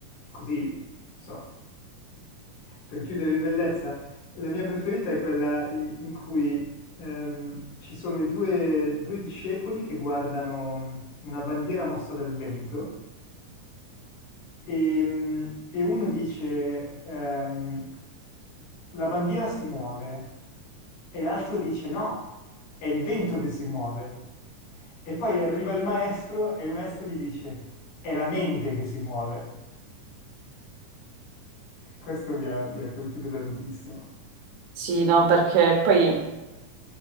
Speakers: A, on the left (about 90°); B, on the right (about 80°).
A: così, insomma, per chiudere in bellezza, la mia preferita è quella in, in cui ehm, ci sono i due, due discepoli che guardano una bandiera mossa dal vento e, e uno dice, ehm, la bandiera si muove e l'altro dice no, è il vento che si muove. E poi arriva il maestro e il maestro gli dice, è la mente che si muove. E questo mi ha, mi ha colpito tantissimo.
B: Sì, no, perché poi